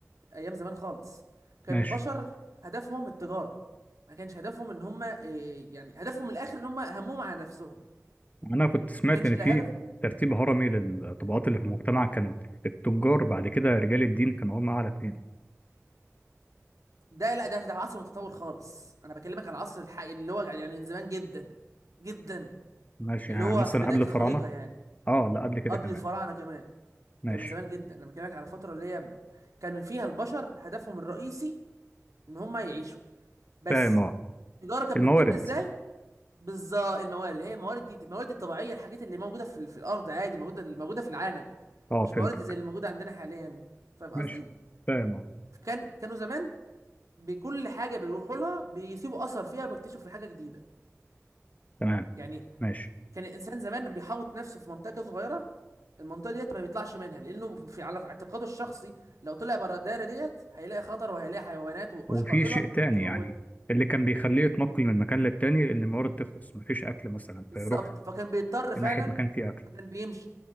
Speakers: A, on the right; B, on the left.
A: ايام زمان خالص كان
B: ماشي
A: البشر هدفهم التجاره ما كانش هدفهم ان هم إيه يعني هدفهم الاخر ان هم همهم على نفسهم
B: أنا كنت سمعت
A: ما كانش
B: إن
A: لا
B: في
A: هدف
B: ترتيب هرمي للطبقات اللي في المجتمع كان التجار بعد كده رجال الدين كانوا هم أعلى اتنين
A: ده لا ده ده عصر متطور خالص انا بكلمك على العصر الحقيقي اللي هو يعني من زمان جدا جدا
B: ماشي
A: اللي
B: يعني
A: هو
B: مثلا
A: في بدايه
B: قبل الفراعنة
A: الخليقه يعني
B: اه لا قبل كده
A: قبل
B: كمان
A: الفراعنه كمان
B: ماشي
A: ده من زمان جدا انا بكلمك على فتره اللي هي كان فيها البشر هدفهم الرئيسي ان هم يعيشوا بس
B: فاهم اه
A: التجاره كانت
B: الموارد
A: بتتم ازاي بالظبط الموارد هي الموارد دي الموارد الطبيعيه الحاجات اللي موجوده في, في الارض عادي موجوده موجوده في العالم
B: اه
A: مش
B: فهمتك
A: موارد زي اللي موجوده عندنا حاليا فاهم
B: ماشي
A: قصدي
B: فاهم اه
A: فكان كانوا زمان بكل حاجه بيروحوا لها بيسيبوا اثر فيها بيكتشفوا في حاجه جديده
B: تمام
A: يعني
B: ماشي
A: كان الانسان زمان بيحوط نفسه في منطقه صغيره المنطقه ديت ما بيطلعش منها لانه في على اعتقاده الشخصي لو طلع بره الدايره ديت هيلاقي خطر وهيلاقي حيوانات ووحوش
B: وفي
A: قاتله
B: شيء تاني
A: تموت
B: يعني اللي كان بيخليه يتنقل من مكان للتاني ان الموارد تخلص مفيش اكل مثلا
A: بالظبط
B: فيروح
A: فكان بيضطر
B: ناحية
A: فعلا
B: مكان فيه اكل
A: فكان بيمشي